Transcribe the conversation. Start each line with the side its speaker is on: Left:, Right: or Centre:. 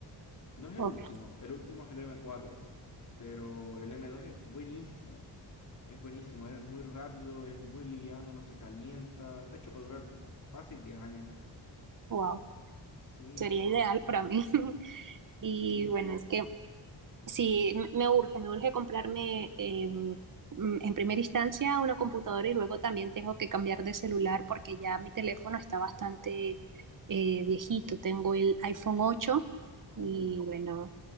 Left: No es
Right: ok,
Left: el último, el último es el M4, pero el M2 es buenísimo. Es buenísimo, es muy rápido, es muy liviano, no se calienta, está hecho para durar mm, fácil 10 años.
Right: wow,
Left: Sí,
Right: sería ideal para mí. <laughs> Y
Left: sí.
Right: bueno, es que Sí, m- me urge, me urge comprarme em, mm, en primera instancia una computadora y luego también tengo que cambiar de celular porque ya mi teléfono está bastante eh, viejito. Tengo el iPhone ocho
Left: Uh,
Right: y bueno,